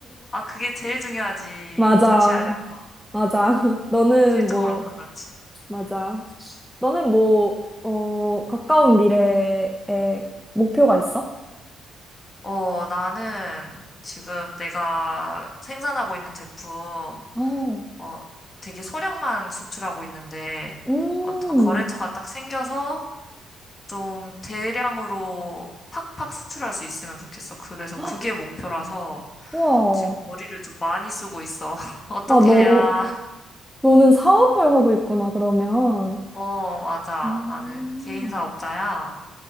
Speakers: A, on the left; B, in the centre.
A: 아, 그게 제일 중요하지.
B: 맞아,
A: 자취하려면.
B: 맞아. <laughs> 너는
A: 실적으로는
B: 뭐,
A: 그렇지.
B: 맞아. 너는 뭐, 어, 가까운 미래에 목표가 있어?
A: 어, 나는 지금 내가 생산하고 있는 제품,
B: 어,
A: 어, 되게 소량만 수출하고 있는데
B: 음,
A: 어떤 거래처가 딱 생겨서 좀 대량으로 팍팍 수출할 수 있으면 좋겠어. 그래서
B: <gasps>
A: 그게 목표라서
B: 와.
A: 지금 머리를 좀 많이 쓰고 있어. <laughs> 어떻게
B: 아, 너,
A: 해야?
B: 너는 사업을 하고 있구나, 그러면.
A: 어, 맞아.
B: 아,
A: 나는 개인 사업자야.